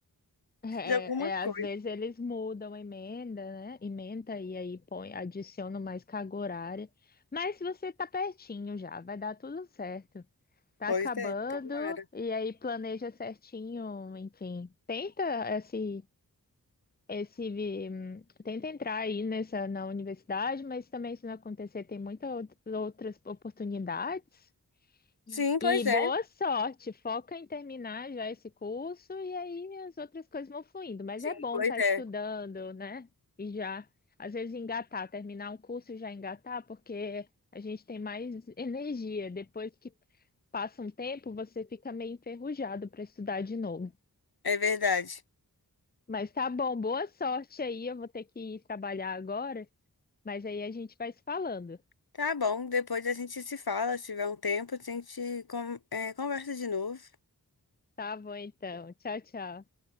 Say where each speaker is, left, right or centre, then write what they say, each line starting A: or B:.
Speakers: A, on the left (about 25°); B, on the left (about 75°).
A: É,
B: alguma
A: é, às
B: coisa.
A: vezes eles mudam a emenda, né? Emenda e aí põe, adicionam mais carga horária. Mas você tá pertinho já, vai dar tudo certo. Tá
B: Pois
A: acabando
B: é, tomara.
A: e aí planeja certinho, enfim. Tenta esse Esse, hum, tenta entrar aí nessa na universidade, mas também se não acontecer, tem muitas out- outras oportunidades.
B: Sim, pois
A: E
B: é.
A: boa sorte, foca em terminar já esse curso e aí as outras coisas vão fluindo. Mas
B: Sim,
A: é bom
B: pois
A: estar
B: é.
A: estudando, né? E já, às vezes, engatar, terminar um curso e já engatar, porque a gente tem mais energia. Depois que passa um tempo, você fica meio enferrujado para estudar de novo.
B: É verdade.
A: Mas tá bom, boa sorte aí. Eu vou ter que ir trabalhar agora. Mas aí a gente vai se falando.
B: Tá bom, depois a gente se fala, se tiver um tempo, a gente con- é, conversa de novo.
A: Tá bom, então. Tchau, tchau.